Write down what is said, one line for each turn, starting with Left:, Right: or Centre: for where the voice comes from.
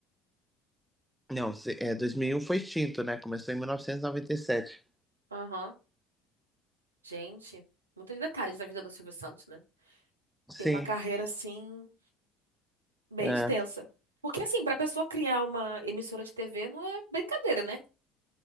Centre: Não, se- é, 2001 foi extinto, né? Começou em mil novecentos e e noventa e sete.
Right: Aham. Gente, muitos detalhes da vida do Silvio Santos, né?
Centre: Sim,
Right: Tem uma carreira assim bem
Centre: é,
Right: extensa. Porque assim, pra pessoa criar uma emissora de TV não é brincadeira, né?